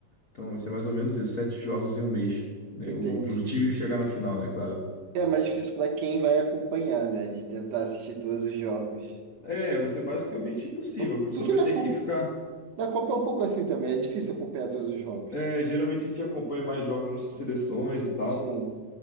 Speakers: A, on the left; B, on the right.
A: Então vai ser mais ou menos isso, sete jogos em um mês, né?
B: Entendi.
A: Para o pro time chegar na final, né, claro.
B: É mais difícil para quem vai acompanhar, né? De tentar assistir todos os jogos.
A: É, vai ser basicamente impossível.
B: Por-
A: A pessoa
B: Porque
A: vai
B: na
A: ter
B: Copa,
A: que ficar
B: Na Copa é um pouco assim também, é difícil acompanhar todos os jogos.
A: É, geralmente a gente acompanha mais jogos das nossas seleções e tal,
B: Sim.